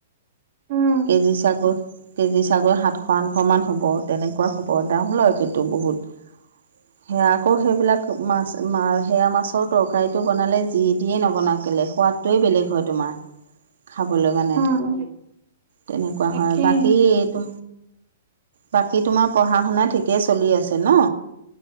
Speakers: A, on the right; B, on the right.
A: উম
B: কেজি চাগৈ কেজি ছাগৈ সাতশ, আঠশ মান হ'ব তেনেকুৱা হ'ব দাম লয় কিন্তু বহুত। <inaudible> সেয়া আকৌ সেইবিলাক মাছ মা সেয়া মাছৰ তৰকাৰীটো বনালে যি দিয়ে নবনা কেলে সোৱাদ। টোৱেই বেলেগ হয় তোমাৰ খাবলৈ মানে।
A: উম।
B: তেনেকুৱা
A: তাকেই
B: হয় বাকী এইটো। বাকী তোমাৰ পঢ়া শুনা ঠিকেই চলি আছে ন?